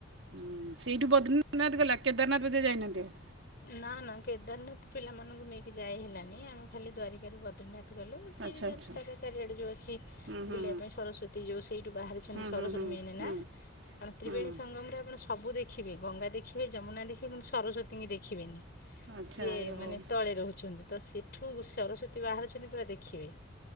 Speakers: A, on the right; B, on the left.
A: ହୁଁ ସେଇଠୁ ବଦ୍ରନାଥ ଗଲା କେଦାରନାଥ ବଜେ ଯାଇନାହାନ୍ତି ଆଉ
B: ନା ନା କେଦାରନାଥ ପିଲାମାନଙ୍କୁ ନେଇକି ଯାଇ ହେଲାନି ଆମେ ଖାଲି ଦ୍ୱାରିକା ର ଯଦନାଥ ଗଲୁ ସେଇଠ
A: ଆଚ୍ଛା
B: ଯୋ
A: ଆଚ୍ଛା
B: ସଢା ଚାରିଆଡେ ଯୋଉଛି
A: ହୁଁ ହୁଁ
B: ବୁଲିବା ପାଇଁ ସରସ୍ଵତୀ ଯୋଉ ସେଇଠୁ ବାହାରିଛନ୍ତି
A: ହୁଁ
B: ସରସ୍ୱତୀ
A: ହୁଁ ହୁଁ ହୁଁ
B: ମେନ ନା
A: ହୁଁ
B: କାରଣ ତ୍ରିବେଣୀ
A: ହୁଁ
B: ସଙ୍ଗମ ରେ ଆପଣ ସବୁ ଦେଖିବେ ଗଙ୍ଗା ଦେଖିବେ ଯମୁନା ଦେଖିବେ କିନ୍ତୁ ସରସ୍ୱତୀଙ୍କୁ ଦେଖିବେନି
A: ଆଚ୍ଛା
B: ସିଏ
A: ଓହୋ
B: ମାନେ ତଳେ ରହୁଛନ୍ତି ତ ସେଠୁ ସରସ୍ଵତୀ ବାହାରୁଛନ୍ତି ପୁରା ଦେଖିବେ।